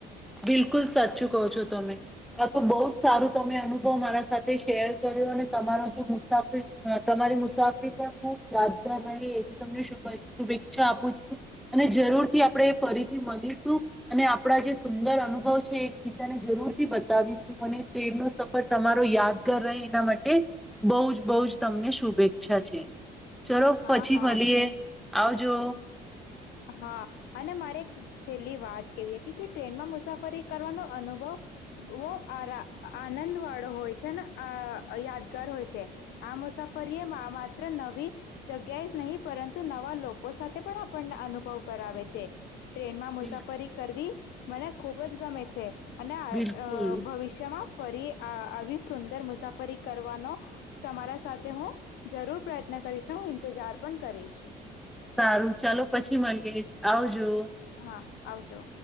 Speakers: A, in the centre; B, on the left.
A: બિલકુલ સાચું કહો છો તમે આ તો બહુ જ સારો તમે અનુભવ મારા સાથે શેર કર્યો અને તમારો જે મુસાફર અ તમારી મુસાફરી પણ ખુબ યાદગાર રહે એવી તમને શુભે શુભેચ્છા આપું છું અને જરૂરથી આપણે ફરીથી મલીશું અને આપણા જે સુંદર અનુભવ છે એકબીજાને જરૂર થી બતાવીશું અને ટ્રેનનો સફર તમારો યાદગાર રહે એના માટે બહુ જ બહુ જ તમને શુભેચ્છા છે. ચલો
B: હા
A: પછી
B: હા
A: મલીએ. આવજો.
B: હા અને મારે એક છેલ્લી વાત કેવી હતી કે ટ્રેનમાં મુસાફરી કરવાનો અનુભવ બો આરા આનંદ વાળો હોય છે ને અ યાદગાર હોય છે આ મુસાફરી એ મા માત્ર નવી જગ્યાઓ જ નહીં પરંતુ નવા લોકો સાથે પણ આપણને અનુભવ કરાવે છે. ટ્રેનમાં મુસાફરી
A: બિલ
B: કરવી મને ખુબ જ ગમે છે. અને અ
A: બિલકુલ
B: અ ભવિષ્યમાં ફરી આ આવી સુંદર મુસાફરી કરવાનો તમારા સાથે હું જરૂર પ્રયત્ન કરીશ ને હું ઇન્તઝાર પન કરીશ.
A: સારું ચાલો પછી મલીએ આવજો.
B: હા. આવજો.